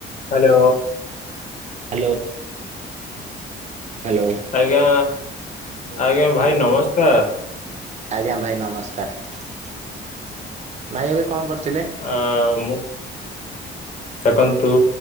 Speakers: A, on the left; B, on the right.
A: Hello.
B: Hello hello
A: ଆଜ୍ଞା ଆଜ୍ଞା ଭାଇ ନମସ୍କାର।
B: ଆଜ୍ଞା ଭାଇ ନମସ୍କାର ଭାଇ ଏବେ କଣ କରୁଥିଲେ?
A: ଆ ମୁଁ ଦେଖନ୍ତୁ